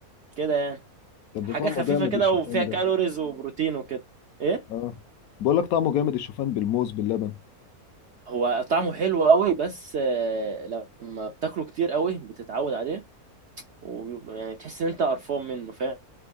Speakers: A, on the right; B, on the left.
A: كده يعني
B: طب
A: حاجة
B: ده طعمه
A: خفيفة
B: جامد
A: كده
B: الشوفان
A: وفيها
B: ده
A: <laughs> كالوريز وبروتين وكده ايه
B: اه بقول لك طعمه جامد الشوفان بالموز باللبن
A: هو طعمه حلو قوي بس آه، لما بتاكله كتير قوي بتتعود عليه وبيبقى- يعني بتحس ان انت قرفان منه فاهم